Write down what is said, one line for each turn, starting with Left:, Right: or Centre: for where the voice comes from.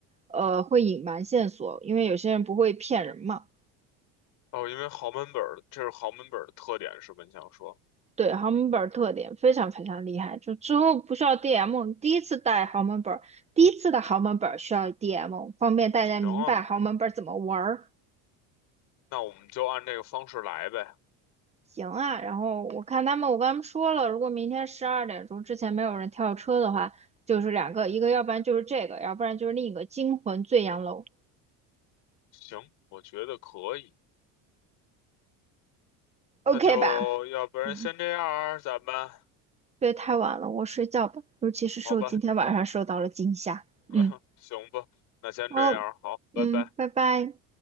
Right: 呃，会隐瞒线索，因为有些人不会骗人嘛。
Left: 哦，因为豪门本儿，这是豪门本儿的特点是吧？你想说，
Right: 对，豪门本儿特点非常非常厉害，就之后不需要 DM，第一次带豪门本儿，第一次的豪门本儿需要 DM，方便大家明白豪门本儿怎么玩儿。
Left: 行啊。那我们就按这个方式来呗。
Right: 行啊，然后我看他们，我跟他们说了，如果明天十二点钟之前没有人跳车的话，就是两个，一个要不然就是这个，要不然就是另一个惊魂醉阳楼
Left: 行，我觉得可以。
Right: ，OK
Left: 那就要不然先这样儿，
Right: 吧？嗯
Left: 咱们
Right: 对，太晚了，我睡觉吧，尤其是受今天晚上受到了惊吓。
Left: 好吧，
Right: 嗯。
Left: <laughs> 行吧，那先这样儿，
Right: 好，
Left: 好，拜拜。
Right: 嗯，拜拜。